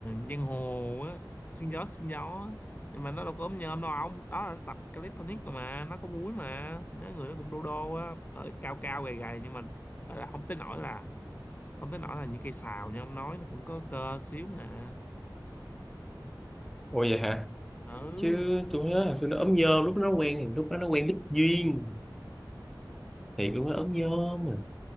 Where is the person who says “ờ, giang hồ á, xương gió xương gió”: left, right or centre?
Left